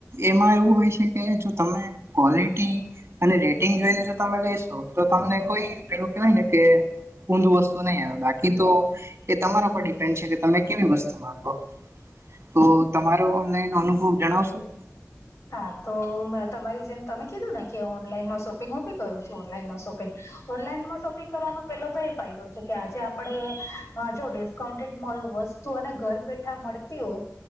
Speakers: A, on the right (about 50°); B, on the left (about 60°).
A: એમાં એવું હોય છે કે જો તમે ક્વોલિટી અને રેટિંગ જોઈને જો તમે લેેશો તો તમને કોઈ પેલું કેવાય ને કે ઊંધું વસ્તુ નહી આવે બાકી તો એ તમારા પર ડિપેન્ડ છે કે તમે કેવી વસ્તુ માંગો. તો તમારો ઓનલાઈન અનુભવ જણાવશો?
B: હા તો મેં તમારી જેમ તમે કીધું ને કે ઓનલાઈનમાં શોપિંગ હું બી કરું છું ઓનલાઈનમાં શોપિંગ. ઓનલાઈનમાં શોપિંગ કરવાનો પેલો તો એ ફાયદો છે કે આજે આપણે જો ડિસ્કાઉન્ટેડ મા વસ્ તુ અને ઘર બેઠા મળતી હોય